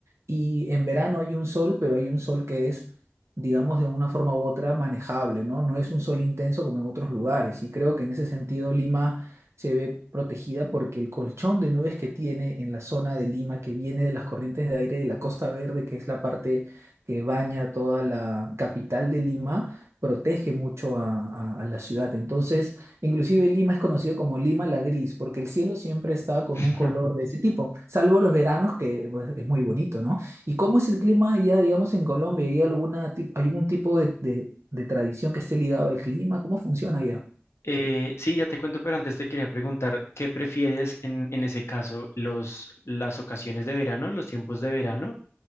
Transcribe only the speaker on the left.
<laughs>
Eh, sí, ya te cuento, pero antes te quería preguntar, ¿qué prefieres en, en ese caso, los, las ocasiones de verano, los tiempos de verano